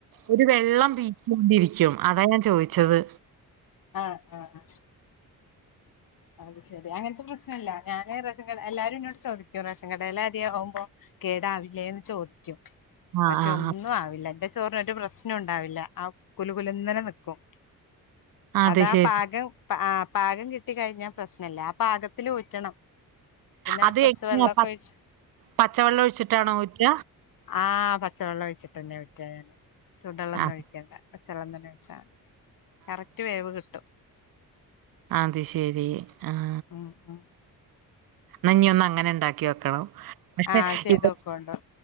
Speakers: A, on the right; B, on the left.
A: ഒരു വെള്ളം വീക്ക് കൊണ്ടിരി ക്ക്യും അതാ ഞാൻ ചോദിച്ചത്
B: അഹ് ആഹ് ആഹ് അത് ശെരി. അങ്ങൻത്തെ പ്രസ്നല്ല. ഞാന് റേഷൻ കട എല്ലാരും ഇന്നോട് ചോദിക്കും റേഷൻ കടേലെ അര്യാവു മ്പൊ കേടാവില്ലേന്ന് ചോദിക്കും.
A: ആഹ്
B: പക്ഷെ
A: ആഹ്
B: ഒന്നും ആവില്ല എന്റെ ചോറിനൊരു പ്രശ്നം ഉണ്ടാവില്ല. ആ കുലുകുലന്നനെ നിക്കും
A: അത്
B: അതാ
A: ശരി
B: പാകം ആഹ് പാകം കിട്ട ട്ടി കഴിഞ്ഞാ പ്രസ്നല്ല ആ പാകത്തിൽ ഊറ്റണം പിന്നെ
A: അത്
B: കുറച്ച്
A: എങ്ങ
B: വെള്ളമൊക്കെ ഒഴിച്ച്
A: പച്ചവെള്ളം ഒഴിച്ചിട്ടാണോ ഊറ്റ
B: ആഹ പച്ചവെള്ളം ഒഴിച്ചിട്ട്ന്നെ വിറ്റ ഞാന് ചൂടുെള്ളം ഒന്നും
A: ആഹ്
B: ഒഴിക്കണ്ട പച്ചെളം തന്ന ഓച്ചാൽ മതി കറക്റ്റ് വേവ് കിട്ട
A: ആ അത് ശരി ആഹ
B: ഉ ഹ്
A: നഞ്ഞിന്ന് അങ്ങനെ ഉണ്ടാക്കി വെക്കണം പക്ഷെ
B: ആഹ് ചെയ്തോക്കോണ്ടു
A: ഇപ്പ